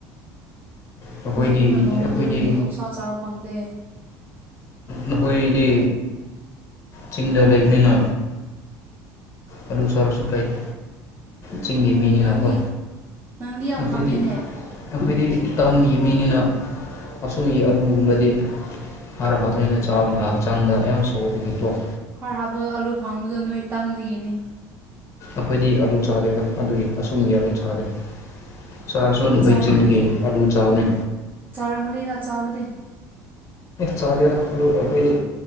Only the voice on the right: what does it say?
ꯅꯣꯏꯒꯨꯝꯅ
ꯂꯨꯍꯣꯡꯗꯕꯒꯤ ꯑꯣꯛꯁꯥ ꯆꯥꯕ ꯐꯪꯗꯦ
ꯅꯪꯗꯤ ꯅꯪꯗꯤ ꯌꯥꯝ
ꯈꯪꯉꯤꯅꯦ
ꯍꯥꯔ ꯍꯥꯞꯄ ꯑꯂꯨ ꯐꯪꯕꯗꯣ ꯅꯣꯏ ꯇꯝꯗꯒꯤꯅꯦ
ꯆꯥꯔꯝꯒꯅꯤꯗ
ꯆꯥꯔꯝꯒꯅꯤꯗ ꯆꯥꯕꯗꯤ